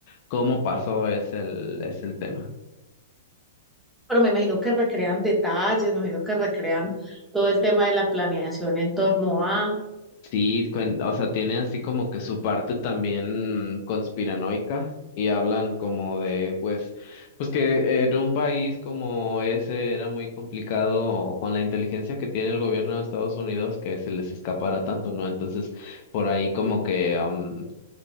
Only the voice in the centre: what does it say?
Pero me imagino que recrean detalles, me imagino que recrean todo el tema de la planeación en torno a...